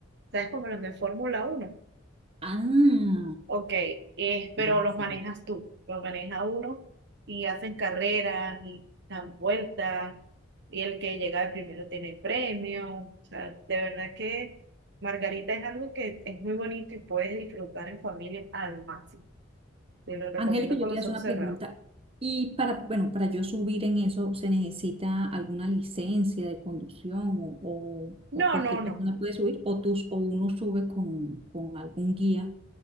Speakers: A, on the right; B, on the right.
A: ¿sabes? Como los de Fórmula uno.
B: Ah,
A: Ok, eh, pero
B: ah,
A: los
B: sí.
A: manejas tú, los maneja uno y hacen carreras y dan vueltas y el que llega primero tiene premio. O sea, de verdad que Margarita es algo que es muy bonito y puedes disfrutar en familia al máximo. Te lo recomiendo
B: Angélica, yo
A: con
B: te
A: los
B: iba a hacer
A: ojos
B: una
A: cerrados.
B: pregunta. Y para, bueno, para yo subir en eso, ¿se necesita alguna licencia de conducción o, o-
A: No,
B: o cualquier
A: no,
B: persona
A: no.
B: puede subir? ¿O, tus, o uno sube con, con algún guía?